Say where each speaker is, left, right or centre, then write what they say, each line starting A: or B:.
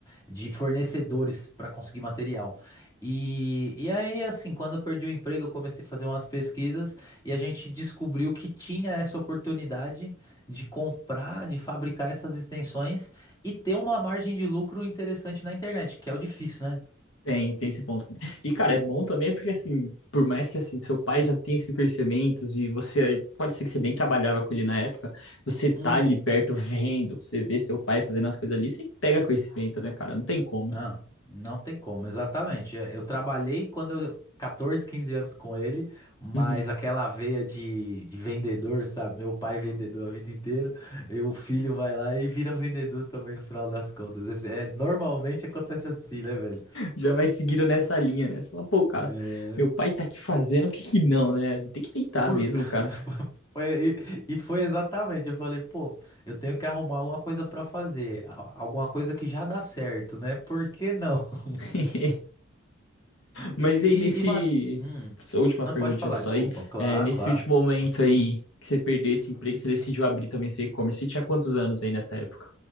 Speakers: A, on the left; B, on the left.
A: de fornecedores para conseguir material. E, e aí, assim, quando eu perdi o emprego, eu comecei a fazer umas pesquisas. E a gente descobriu que tinha essa oportunidade de comprar, de fabricar essas extensões e ter uma margem de lucro interessante na internet, que é o difícil, né?
B: Tem, tem esse ponto também. E, cara, é bom também porque, assim, por mais que, assim, seu pai já tenha esses conhecimentos e você, pode ser que você bem trabalhava com ele na época, você tá
A: Hum,
B: ali perto vendo, você vê seu pai fazendo as coisas ali, você pega conhecimento, né, cara? Não tem como.
A: ah, não tem como, exatamente. É, Eu trabalhei quando eu. 14, 15 anos com ele, mas
B: Uhum.
A: aquela veia de, de vendedor, sabe? Meu pai vendedor a vida inteira, e o filho vai lá e vira vendedor também no final das contas. Esse- é, normalmente acontece assim, né, velho?
B: já vai seguindo nessa linha, né? Você fala, pô, cara,
A: É.
B: meu pai tá aqui fazendo, por que que não, né? Tem que tentar
A: Por...
B: mesmo, cara.
A: <laughs> foi- E e foi exatamente, eu falei, pô, eu tenho que arrumar alguma coisa pra fazer, a- alguma coisa que já dá certo, né? Por que não? <laughs>
B: <laughs> Mas
A: E, e,
B: aí, nesse...
A: e ma- Hum,
B: Essa última
A: não,
B: perguntinha
A: pode falar,
B: só
A: desculpa.
B: aí.
A: Claro,
B: É, nesse
A: claro.
B: último momento aí que você perdeu esse emprego, você decidiu abrir também seu e-commerce. Você tinha quantos anos aí nessa época?